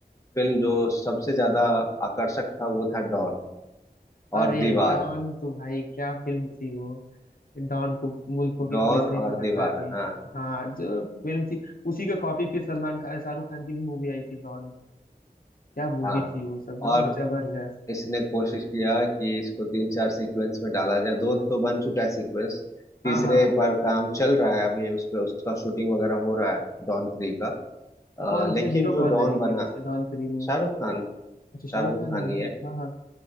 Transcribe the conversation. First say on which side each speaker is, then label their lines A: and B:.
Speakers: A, on the left (about 20°); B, on the left (about 60°).
A: फिल्म जो सबसे ज्यादा आकर्षक था वो था डॉन
B: अरे
A: और दीवार
B: डॉन तो भाई क्या फिल्म थी वो डॉन को मुल्कों की
A: डॉन
B: पुलिस नहीं
A: और
B: पकड़
A: दीवार
B: पाती
A: हाँ
B: हाँ जो फिल्म थी उसी का कॉपी फिर सलमान खान शाहरुख खान की भी मूवी आई थी डॉन क्या मूवी
A: हाँ
B: थी वो सब मतलब
A: और
B: जबरदस्त
A: इसने कोशिश किया कि इसको तीन चार सीक्वेंस में डाला जाए दो तो बन चुका है सीक्वेंस तीसरे
B: हाँ हाँ
A: पर काम चल रहा है अभी उस पर उसका शूटिंग वगैरह हो रहा है डॉन थ्री का अ,
B: कौन उसमें
A: लेकिन
B: हीरो
A: जो
B: कौन
A: डॉन
B: रहेंगे
A: बना
B: वैसे डॉन थ्री में
A: शाहरुख खान
B: अच्छा शाहरुख
A: शाहरुख
B: खान
A: खान
B: रहेंगे
A: ही है
B: हाँ हाँ